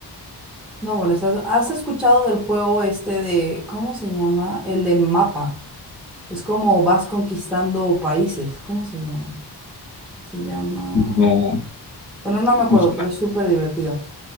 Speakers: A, in the centre; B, on the left.
A: No, bueno, estás, ¿has escuchado del juego este de, ¿cómo se llama? El del mapa. Es como vas conquistando países. ¿Cómo se llama? Se llama,
B: No,
A: bueno, no me acuerdo,
B: no soy-
A: pero es súper divertido.